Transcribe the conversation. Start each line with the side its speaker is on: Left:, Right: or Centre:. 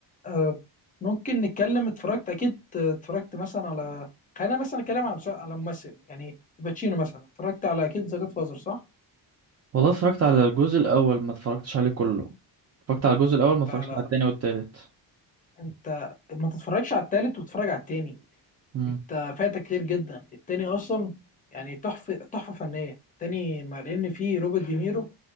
Left: آه ممكن نتكلم اتفرجت اكيد آه، اتفرجت مثلا على خلينا مثلا اتكلم على مس- على ممثل يعني باتشينو مثلا اتفرجت على اكيد ذا جاد فازر صح
Right: والله اتفرجت على الجزء الاول ما اتفرجتش عليه كله اتفرجت على الجزء الاول ما اتفرجتش
Left: لا لا
Right: على التاني والتالت
Left: انت ما تتفرجش على التالت وتتفرج على التاني
Right: امم
Left: انت فايتك كتير جدا التاني اصلا يعني تحفه تحفه فنيه التاني مع ان فيه روبرت دينيرو